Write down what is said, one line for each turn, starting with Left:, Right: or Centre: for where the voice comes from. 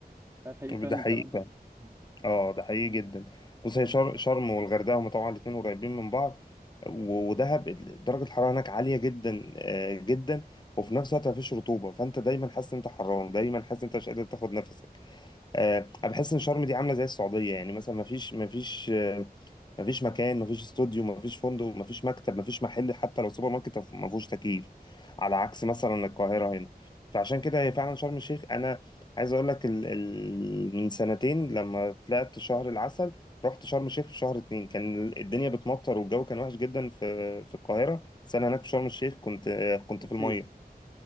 Right: هل حقيقي
Left: ده
Right: فعلا
Left: حقيقي
Right: الكلام ده مم.
Left: اه ده حقيقي جدا بص هي شر... شرم والغردقه هما طبعا الاتنين قريبين من بعض و- ودهب ال- درجه الحراره هناك عاليه جدا آه، جدا وفي نفس الوقت مفيش رطوبه فانت دايما حاسس ان انت حران دايما حاسس ان انت مش قادر تاخد نفسك آه، انا بحس ان شرم دي عامله زي السعوديه يعني مثلا ما فيش ما فيش آه، ما فيش مكان ما فيش استوديو ما فيش فندق ما فيش مكتب ما فيش محل حتى لو سوبر ماركت ما فيهوش تكييف على عكس مثلا القاهره هنا فعشان كده هي فعلا شرم الشيخ انا عايز اقول لك ال... ال... من سنتين لما طلعت شهر العسل رحت شرم الشيخ في شهر اتنين كان الدنيا بتمطر والجو كان وحش جدا في في القاهره بس انا هناك في شرم الشيخ كنت آه، كنت في
Right: صيف
Left: الميه